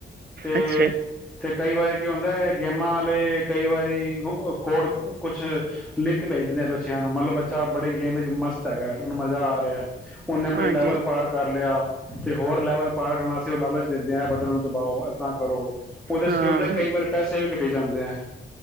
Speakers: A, in the centre; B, on the right.
A: ਤੇ,
B: ਅੱਛਾ
A: ਤੇ ਕਈ ਵਾਰੀ ਕੀ ਹੁੰਦਾ ਹੈ। ਗੇਮਾਂ ਹਲੇ ਕਈ ਵਾਰੀ ਔ ਕੋਡ, ਕੁਛ ਲਿੰਕ ਭੇਜ ਦਿੰਦੇ ਆ ਬੱਚਿਆਂ ਨੂੰ। ਮਤਲਬ ਬੱਚਾ ਬੜੀ ਗੇਮ ਚ ਮਸਤ ਹੈਗਾ, ਉਹਨੂੰ ਮਜ਼ਾ ਆ ਰਿਹਾ। ਉਹਨੇ
B: ਹਾਂਜੀ
A: ਕੋਈ ਲੈਵਲ ਪਾਰ ਕਰ ਲਿਆ। ਤੇ ਹੋਰ ਲੈਵਲ ਪਾਰ ਕਰਨਾ ਸੀ। ਉਹ ਲਾਲਚ ਦਿੰਦੇ ਆ। ਇਹ ਬੱਟਨ ਨੂੰ ਦਬਾਓ, ਏਦਾਂ ਕਰੋ। ਉਦੇ ਚ
B: ਹਾਂ
A: ਕੀ ਹੁੰਦਾ, ਕਈ ਵਾਰ ਪੈਸੇ ਵੀ ਕ ਤੇ ਜਾਂਦੇ ਆ।